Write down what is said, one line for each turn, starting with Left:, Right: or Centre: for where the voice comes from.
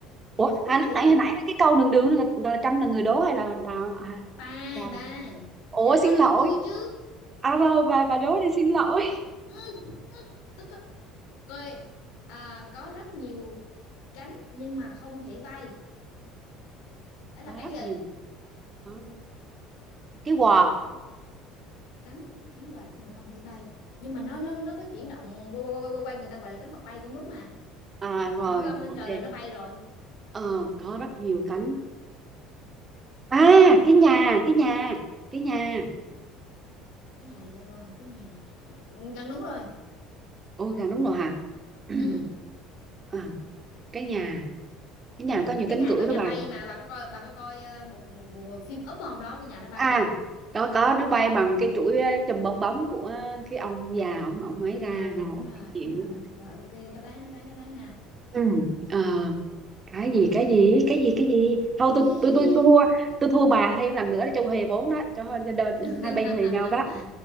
Right: Ủa,
Left: sữa
Right: à, lúc
Left: gì
Right: nãy hồi nãy cái câu đường đường là, là Trâm là người đố hay là đào à,
Left: ba
Right: Trâm?
Left: ba
Right: Ủa
Left: vậy là
Right: xin
Left: câu này
Right: lỗi.
Left: của tôi chứ
Right: À vâng, bà bà đố đi xin lỗi.
Left: ừ, tức á. ok à, có rất nhiều cánh nhưng mà không thể bay đó là
Right: Có
Left: cái
Right: rất
Left: gì
Right: nhiều. Có cái quạt.
Left: Có cánh cánh quạt nhưng mà không thể bay nhưng mà nó nó nó có chuyển động quay quay quay quay quay người ta gọi là cánh quạt bay cũng đúng mà
Right: À
Left: mà
Right: rồi,
Left: văng lên
Right: ok.
Left: trời là nó bay rồi
Right: Ờ, có rất nhiều cánh à
Left: nhưng mà không thể
Right: cái
Left: bay
Right: nhà cái nhà cái nhà
Left: cái nhà thì liên quan cái nhà gần đúng rồi
Right: ôi gà nướng nồi hả <clears throat>
Left: ừ
Right: à, cái nhà cái nhà có nhiều
Left: cái
Right: cánh
Left: nhà
Right: cửa
Left: có nhà
Right: đó bà
Left: bay mà bà có coi bà có coi ờ, một một, một phim Up không đó cái nhà nó bay
Right: à có có nó bay bằng cái chuỗi ờ, chùm bong bóng của cái ông già ông ông ấy ra
Left: ờ
Right: rồi
Left: đúng
Right: ok,
Left: rồi
Right: hiểu
Left: đúng rồi rồi ok đáp án đáp án đáp án nào
Right: ừ ờ, cái gì cái gì cái gì cái gì thôi
Left: cái
Right: tôi
Left: gì
Right: tôi
Left: cái
Right: tôi
Left: gì
Right: tôi thua tôi thua bà thêm lần nữa để cho huề vốn đó cho hai cho đôi-
Left: <laughs>
Right: hai bên huề nhau đó